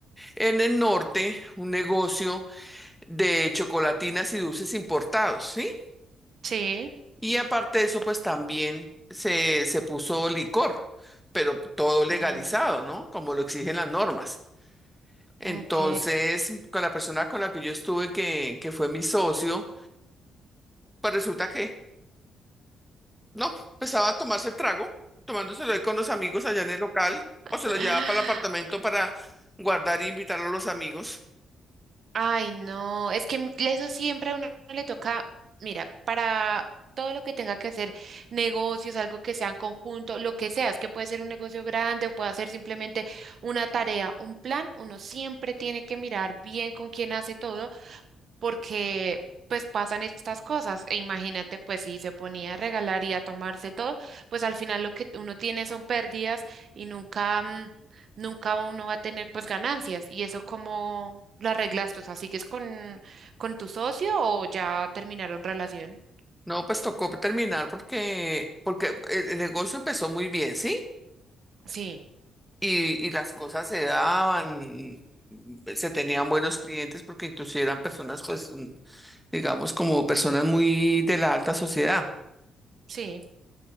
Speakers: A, in the centre; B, on the right.
A: en el norte un negocio de chocolatinas y dulces importados, ¿sí?
B: sí.
A: Y aparte de eso, pues también se, se puso licor, pero todo legalizado,
B: Mm,
A: ¿no? Como lo exigen las normas. Entonces,
B: ok.
A: con la persona con la que yo estuve, que, que fue mi socio, pues resulta que, no, empezaba a tomarse el trago, tomándoselo ahí con los amigos allá en el local,
B: <laughs>
A: o se lo llevaba para el apartamento para guardar y invitarlo a los amigos.
B: Ay, no, es que eso siempre a uno le toca, mira, para todo lo que tenga que hacer, negocios, algo que sea en conjunto, lo que sea, es que puede ser un negocio grande o puede ser simplemente una tarea, un plan, uno siempre tiene que mirar bien con quién hace todo porque pues pasan estas cosas. E imagínate, pues si se ponía a regalar y a tomarse todo, pues al final lo que uno tiene son pérdidas y nunca, mm, nunca uno va a tener pues ganancias. ¿Y eso cómo lo arreglaste? O sea, ¿sigues con, con tu socio o ya terminaron relación?
A: No, pues tocó terminar porque, porque el el negocio empezó muy bien, ¿sí?
B: Sí,
A: y, y las cosas se daban, se tenían buenos clientes porque inclusive eran personas, pues, mm, digamos, como personas muy de la alta sociedad.
B: sí,